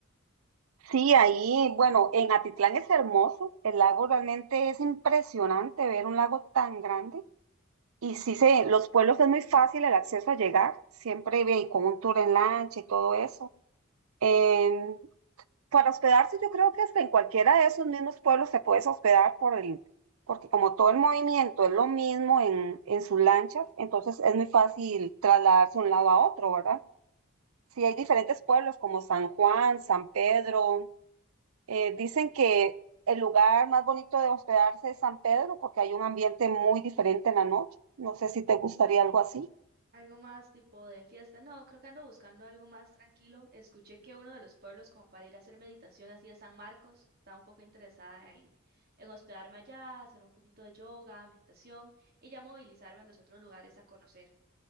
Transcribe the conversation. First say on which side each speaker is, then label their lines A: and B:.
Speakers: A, on the right; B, on the right.
A: Sí, ahí, bueno, en Atitlán es hermoso, el lago realmente es impresionante ver un lago tan grande. Y sí, se, los pueblos es muy fácil el acceso a llegar, siempre ve- con un tour en lancha y todo eso. Em, para hospedarse, yo creo que hasta en cualquiera de esos mismos pueblos se puedes hospedar por el, porque como todo el movimiento es lo mismo en, en sus lanchas, entonces es muy fácil trasladarse de un lado a otro, ¿verdad? Sí, hay diferentes pueblos como San Juan, San Pedro. Eh, dicen que el lugar más bonito de hospedarse es San Pedro porque hay un ambiente muy diferente en la noche. No sé si te gustaría algo así.
B: Algo más tipo de fiesta. No, creo que ando buscando algo más tranquilo. Escuché que uno de los pueblos como para ir a hacer meditación así es San Marcos. Estaba un poco interesada en, en hospedarme allá, hacer un poquito de yoga, meditación y ya movilizarme a los otros lugares a conocer.